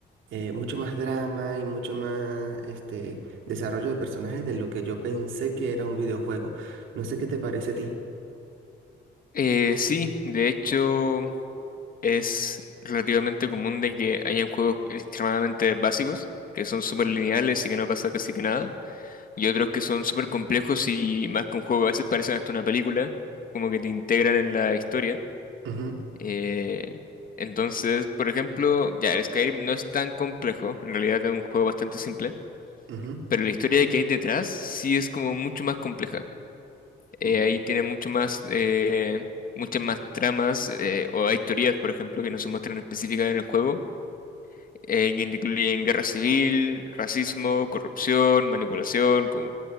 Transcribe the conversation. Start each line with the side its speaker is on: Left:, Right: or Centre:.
Right: eh, mucho más drama y mucho más este, desarrollo de personajes de lo que yo pensé que era un videojuego. No sé qué te parece a ti.
Left: Eh, sí, de hecho es relativamente común de que hayan juegos extremadamente básicos, que son súper lineales y que no pasa casi que nada, y otros que son súper complejos y más con juegos, a veces parecen hasta una película, como que te integran en la historia.
Right: Ujú,
Left: Eh, entonces, por ejemplo, ya, el Skyrim no es tan complejo, en realidad es un juego bastante simple,
Right: ujú,
Left: pero la historia que hay detrás sí es como mucho más compleja. Eh,
Right: mm,
Left: ahí tiene mucho más, eh, muchas más tramas, eh, o hay teorías, por ejemplo, que no se muestran específicas en el juego, eh, que incluyen guerra civil, racismo, corrupción, manipulación, como